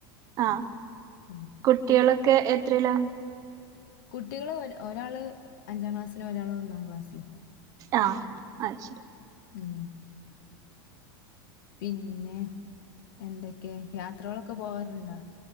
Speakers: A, on the right (about 30°); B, on the left (about 60°).
A: ആഹ
B: ഉം
A: കുട്ടികളൊക്കെ എത്രല്ല
B: കുട്ടികള് ഒ ഒരാള് അഞ്ചാം ക്ലാസ്സിലോ ഒരാള് ഒന്നാം ക്ലാസ്സിലോ
A: ആഹ അത് ശരി
B: ഉം പിന്നെ എന്തൊക്കെയ യാത്രകളൊക്കെ പോവാറുണ്ടോ